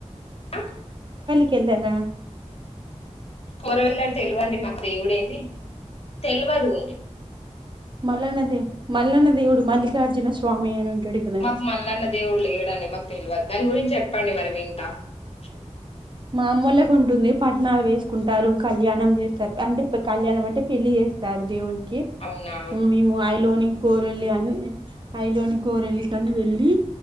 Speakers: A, on the left; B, on the right.
A: ఆ
B: కిందనా
A: కొరోళ్ళని తెలివండి మాకు దేవుడేంది తెలువదు
B: మల్లనదే మల్లన దేవుడు మల్లికార్జున స్వామి అని ఉంటడు కదా
A: మాకు మల్లన్న దేవుడు లేడండి మాకు తెలవదు దాని గురించి చెప్పండి మరి <inaudible>
B: మా అమ్మోళ్ళకి ఉంటుంది పట్నాలు వేసుకుంటారు కళ్యాణం చేస్తారు అంటే పె కళ్యాణం అంటే పెళ్లి చేస్తారు దేవునికి ఇప్
A: అవునా
B: మేము ఆయిలోని కోరెళ్ళి అని అయిలోని కోరేళ్లి కని వెళ్ళి